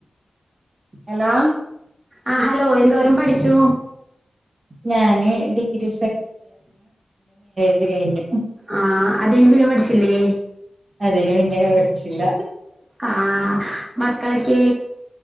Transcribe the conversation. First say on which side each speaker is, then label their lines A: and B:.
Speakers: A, on the right (about 55°); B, on the right (about 15°).
A: ഹലോ
B: ആ ഹലോ എന്തോരം പഠിച്ചു?
A: ഞാന് ഡിഗ്രി ഠിച്ചു കഴിഞ്ഞു.
B: ആഹ് അത് കഴിഞ്ഞ് പിന്നെ പഠിച്ചില്ലേ?
A: അതിന് പിന്നെ പഠിച്ചില്ല
B: ആഹ് മക്കളെക്കെ?